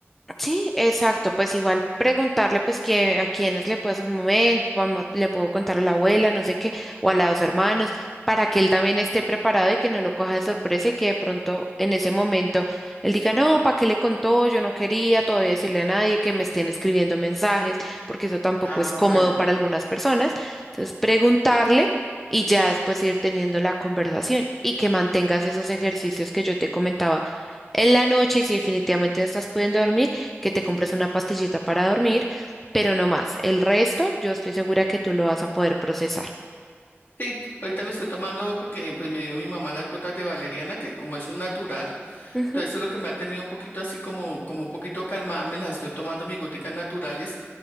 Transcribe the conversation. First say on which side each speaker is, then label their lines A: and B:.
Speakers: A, in the centre; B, on the left (about 50°).
A: Sí, exacto, pues igual preguntarle pues que a quienes le puedo hacer un momento, vamos, le puedo contar a la abuela, no sé qué, o a los hermanos, para que él también esté preparado y que no lo coja de sorpresa y que de pronto en ese momento él diga, no, ¿para qué le contó? Yo no quería todavía decirle a nadie que me estén escribiendo mensajes, porque eso tampoco
B: Ah,
A: es cómodo
B: bueno.
A: para algunas personas. Entonces, preguntarle y ya después ir teniendo la conversación y que mantengas esos ejercicios que yo te comentaba en la noche y si definitivamente no estás pudiendo dormir que te compres una pastillita para dormir, pero no más. El resto, yo estoy segura que tú lo vas a poder procesar.
B: Sí, ahorita me estoy tomando porque pues me dio mi mamá las gotas de valeriana, que como es un natural,
A: Ujú,
B: todo eso es lo que me ha tenido un poquito así como, como un poquito calmada, me las estoy tomando mis goticas naturales